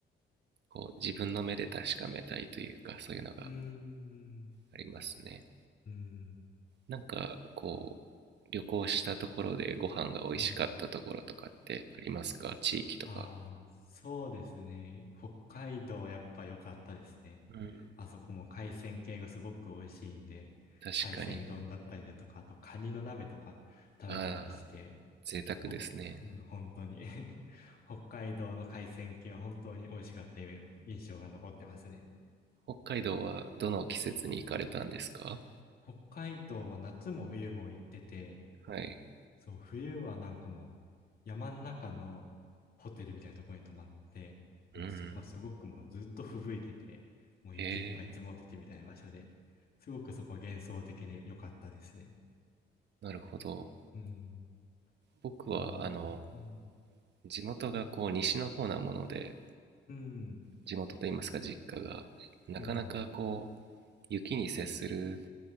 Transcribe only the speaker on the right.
こう自分の目で確かめたいというか、そういうのが
ありますね。
なんか、こう、旅行したところでご飯が美味しかったところとかってありますか地域とか。
うん、
確かに。
ああ、贅沢ですね。
北海道はどの季節に行かれたんですか
はい。
うん。
へえ、
なるほど。
僕は、
あの、
地元がこう西の方なもので
地元といいますか実家がなかなかこう
雪に接する